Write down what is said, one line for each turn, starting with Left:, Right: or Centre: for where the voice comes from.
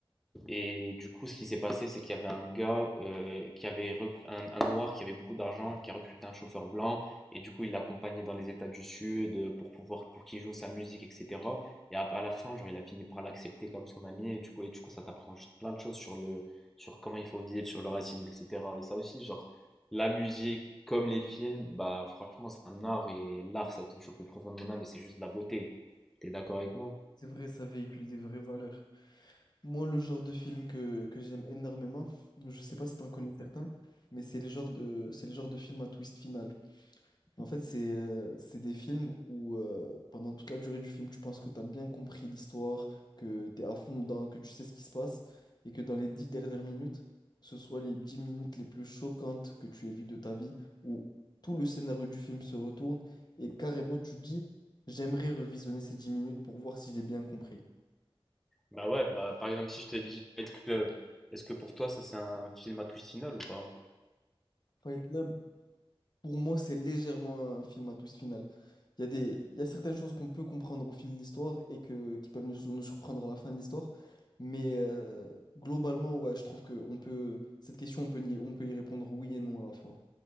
Centre: Et du coup, ce qui s'est passé, c'est qu'il y avait un gars euh, qui avait rec- un, un noir qui avait beaucoup d'argent, qui a recruté un chauffeur blanc, et du coup, il l'accompagnait dans les États du Sud euh, pour pouvoir pour qu'il joue sa musique, etc. Et à, à la fin, genre, il a fini par l'accepter comme son ami, et du coup, et du coup, ça t'apprend juste plein de choses sur le sur comment il faut vivre, sur le racisme, etc. Et ça aussi, genre, la musique comme les films, bah franchement, c'est un art, et l'art, ça touche au plus profond de mon âme, et c'est juste de la beauté. T'es d'accord avec moi?
Left: C'est vrai, ça véhicule des vraies valeurs. Moi, le genre de film que, que j'aime énormément, je sais pas si t'en connais certains, mais c'est les genres de, c'est les genres de films à twist final. En fait, c'est euh, c'est des films où euh, pendant toute la durée du film, tu penses que tu as bien compris l'histoire, que tu es à fond dedans, que tu sais ce qui se passe, et que dans les dix dernières minutes, ce soit les dix minutes les plus choquantes que tu aies vues de ta vie, où tout le scénario du film se retourne, et carrément tu te dis, j'aimerais revisionner ces dix minutes pour voir si j'ai bien compris.
Centre: Bah ouais, bah par exemple, si je te dis Fight Club, est-ce que pour toi ça c'est un film à twist final ou pas?
Left: Fight Club, Pour moi, c'est légèrement un film à twist final. Il y a des, il y a certaines choses qu'on peut comprendre au fil de l'histoire et que, qui peuvent nous, sur- nous surprendre à la fin de l'histoire. Mais euh, globalement, ouais, je trouve que on peut, cette question, on peut y, on peut y répondre oui et non à la fois.